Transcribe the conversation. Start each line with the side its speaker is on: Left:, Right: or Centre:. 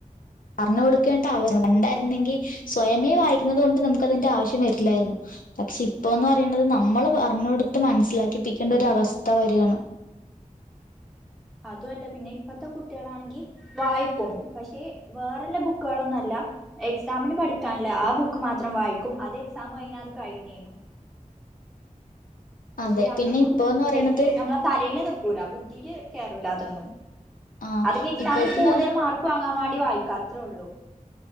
Left: പറഞ്ഞു കൊടുക്കേണ്ട ആവശ്യണ്ടായിരുന്നെങ്കിൽ സ്വയമേ വായിക്കുന്നത് കൊണ്ട് നമുക്ക് അതിന്റെ ആവശ്യം വരില്ലായിരുന്നു പക്ഷെ ഇപ്പൊ എന്ന് പറയണത് നമ്മള് പറഞ്ഞ് കൊടുത്ത് മനസ്സിലാക്കിപ്പിക്കേണ്ട ഒരു അവസ്ഥ വരയാണ്
Centre: <inaudible> അത് അല്ല പിന്നെ ഇപ്പത്തെ കുട്ടികളാണെങ്കിൽ വായിക്കും പക്ഷെ വേറെല്ല ബുക്കുകളൊന്നും അല്ല എക്സാമിന് പഠിക്കാനല്ലേ ആ ബുക്ക് മാത്രം വായിക്കും അത് എക്സാം കഴിഞ്ഞ അത് കഴിഞ്ഞേനും പക്ഷെ
Left: അതെ
Centre: അതൊന്നും
Left: പിന്നെ ഇപ്പോന്ന് പറയണത്
Centre: ശരിക്ക് നമ്മളെ തലയില് നക്കൂല ബുദ്ധിയില് കേയറൂല അതൊന്നും
Left: ആ
Centre: അതൊക്കെ എക്സാമിൽ
Left: ഇപ്പഴത്തെന്ന്
Centre: കൂടുതൽ
Left: പറയ
Centre: മാർക്ക് വാങ്ങാൻ വേണ്ടി വായിക്കാത്രേ ഉള്ളു